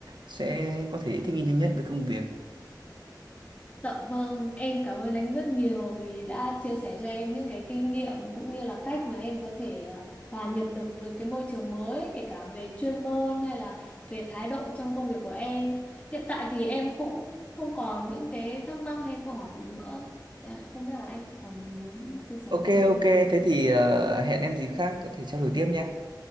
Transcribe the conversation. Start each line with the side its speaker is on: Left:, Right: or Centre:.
Right: sẽ có thể thích nghi nhanh nhất với công việc
Left: Dạ vâng, em cảm ơn anh rất nhiều vì đã chia sẻ cho em những cái kinh nghiệm cũng như là cách mà em có thể ờ, hòa nhập được với cái môi trường mới, kể cả về chuyên môn hay là về thái độ trong công việc của em. Hiện tại thì em cũng không còn những cái thắc mắc hay câu hỏi gì nữa. Đấy, ạ, không biết là anh còn muốn chia sẻ
Right: ok
Left: thêm gì.
Right: ok thế thì ờ, hẹn em gì khác có thể trao đổi tiếp nhé